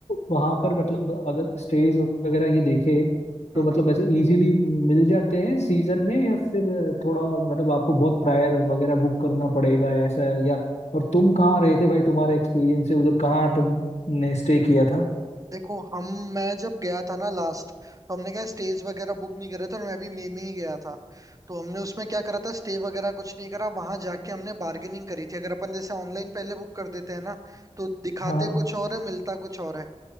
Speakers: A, on the left (about 75°); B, on the right (about 30°).
A: वहाँ पर मतलब अगर स्टेज वगैरह ये देखे तो
B: हम्म
A: मतलब ऐसे इजीली मिल जाते हैं सीजन में या फिर थोड़ा मतलब आपको बहुत प्रायर वगैरह बुक करना पड़ेगा ऐसा या और तुम कहाँ रहे थे भाई तुम्हारा एक्सपीरियंस है उधर कहाँ तुमने स्टे किया था
B: देखो हम मैं जब गया था ना लास्ट तो हमने क्या स्टेज वगैरह बुक नहीं करे थे और मैं भी मई में ही गया था तो हमने उसमें क्या करा था स्टे वगैरह कुछ नहीं करा वहां जाके हमने बार्गेनिंग करी थी अगर अपन जैसे ऑनलाइन पहले बुक कर देते हैं ना तो दिखाते
A: हाँ
B: कुछ और है मिलता कुछ और है